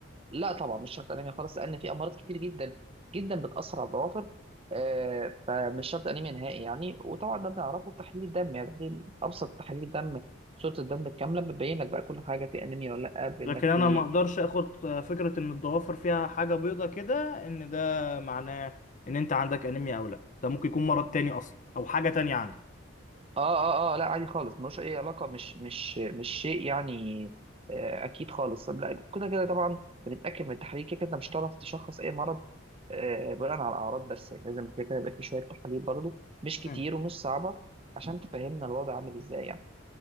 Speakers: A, on the right; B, on the left.
A: لا طبعا مش شرط أنني خلاص سألنا فيه أمراض كتير جدا جدا بتأثر الدوافر ااا فمش شرط أنني منهي يعني وطبعا ده نعرفه بالتحليل دم يعني تحلي أبسط تحليل دم صورة دمك كاملة ببين لك بقى كل حاجة في أنمي ولا لأ بأنك
B: لكن انا
A: في
B: ما اقدرش اخد فكره ان الضوافر فيها حاجه بيضه كده ان ده معناه ان انت عندك انيميا او لا ده ممكن يكون مرض تاني اصلا او حاجه تانية عندك
A: اه اه اه لا عادي خالص ملوش اي علاقه مش مش مش شيء يعني آه، اكيد خالص طب لا كده كده طبعا بنتاكد من التحاليل كده كده مش هتعرف تشخص اي مرض آه، بناء على الاعراض بس يعني لازم كده كده يبقى في شويه تحاليل برضو مش كتير
B: مم.
A: ومش صعبه عشان تفهمنا الوضع عامل ازاي يعني